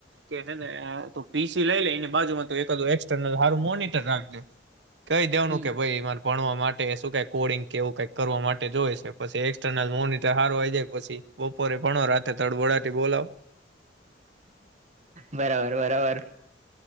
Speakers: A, on the right; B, on the right.
A: કે હે ને તું પીસી લઈ લે એની બાજુમાં ત એકું એસર્નલ સારું મોનીટર રાખ દે કહી દેવાનું
B: હમ
A: કે ભાઈરે ભણવા માટે શું ક કોડિંગ કે એવું કઈક કરવા માટે જોઈ છે પછી એક્સર્નલ મોનિટર હારવાઈ જાય પછી બપોરે ભણો રાતે તડ બોળટી બોલાવ
B: બરાબર બરાબર